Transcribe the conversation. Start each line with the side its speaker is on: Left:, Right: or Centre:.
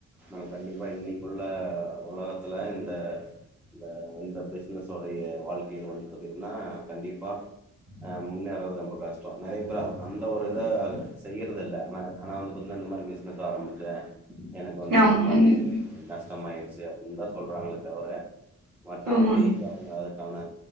Centre: நம்ம கண்டிப்பா இன்னைக்குள்ள ஒலகத்துல இந்த இந்த இந்த பிஸ்னசோடைய வாழ்க்கைல வந்து பாத்துட்டனா கண்டிப்பா அ முன்னேர்றது ரொம்ப கஷ்ட நெறைய பேர் அந்த ஒரு இத செய்யறதில்ல ஆனா ஆனா வந்து பாத்தினா இந்த மாரி பிசினஸ் ஆரம்பிச்சே எனக்கு வந்து
Right: ஆமா
Centre: இந்த மாரி
Right: ஆமாங்க
Centre: நஷ்டமாயிருச் சு அப்டின்தா சொல்றாங்ளே தவர மற்றபடி
Right: ஆமாங்க
Centre: அவுங்க அ துக்கான